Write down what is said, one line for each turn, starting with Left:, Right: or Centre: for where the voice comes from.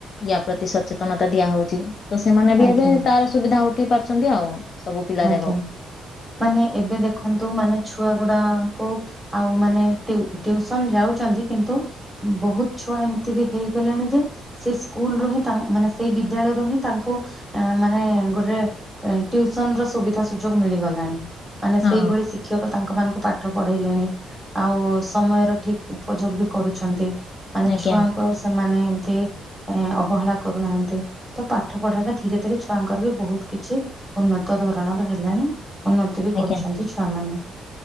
Left: ୟା ପ୍ରତି ସଚେତନତା ଦିଆ ହଉଛି ତ ସେମାନେ ବି
Centre: ଆଜ୍ଞା
Left: ଏବେ ତାର ସୁବିଧା ଉଠେଇ ପାରୁଛନ୍ତି ଆଉ। ସବୁ ପିଲା
Centre: ଆଜ୍ଞା
Left: ଯାକ।
Centre: ମାନେ ଏବେ ଦେଖନ୍ତୁ ମାନେ ଛୁଆ ଗୁଡାଙ୍କୁ ଆଉ ମାନେ ଟିୟୁ ଟିୟୁସନ ଯାଉଛନ୍ତି କିନ୍ତୁ ବୋହୁତ ଛୁଆ ଏମିତି ବି ହେଇଗଲାଣି ଯେ ସେ ସ୍କୁଲ ରୁ ହିଁ ତା ମାନେ ସେଇ ବିଦ୍ୟାଳୟରୁୁ ହିଁ ତାଙ୍କୁ ତା ମାନେ ଗୋଟେ ସନର ସୁବିଧା ସୁଯୋଗ ମିଳିଗଲାଣି ମାନେ
Left: ହଁ
Centre: ସେଇଭଳି ଶିକ୍ଷକ ତାଙ୍କ ମାନଙ୍କୁ ପାଠ ପଢେଇଲେଣି। ଆଉ ସମୟର ଠିକ ଉପଯୋଗ ବି କରୁଛନ୍ତି। ମାନେ
Left: ଆଜ୍ଞା
Centre: ଛୁଆଙ୍କୁ ଆଉ ସେମାନେ ଏମତି ଏ ଅବହେଳା କରୁନାହାନ୍ତି। ତ ପାଠ ପଢାଟା ଧୀରେ ଧୀରେ ଛୁଆଙ୍କର ବି ବୋହୁତ କିଛି ଉନ୍ନତ ଧରଣର ହେଲାଣି। ଉନ୍ନତି ବି
Left: ଆଜ୍ଞା
Centre: କରୁଛନ୍ତି ଛୁଆ ମାନେ